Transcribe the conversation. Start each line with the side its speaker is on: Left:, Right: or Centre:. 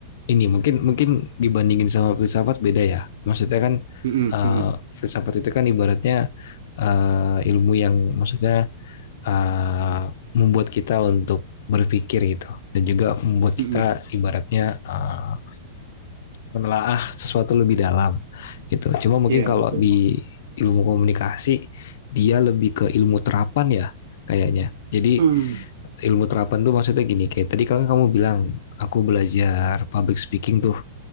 Left: ini mungkin mungkin dibandingin sama filsafat beda ya. Maksudnya kan
Right: Mm-mm,
Left: uh,
Right: mm-mm,
Left: filsafat itu kan ibaratnya uh, ilmu yang maksudnya uh, membuat kita untuk berpikir gitu dan juga membuat kita
Right: mm-mm.
Left: ibaratnya uh, menelaah sesuatu lebih dalam gitu. Cuma mungkin
Right: Iya
Left: kalau
Right: betul
Left: di
Right: bang.
Left: ilmu komunikasi dia lebih ke ilmu terapan ya kayaknya. Jadi
Right: <clears throat>
Left: ilmu terapan tuh maksudnya gini kayak tadi kan kamu bilang aku belajar public speaking tuh.